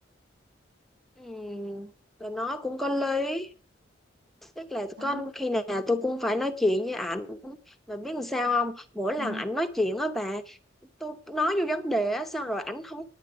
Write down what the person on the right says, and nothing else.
đó
Ừ.
ừ.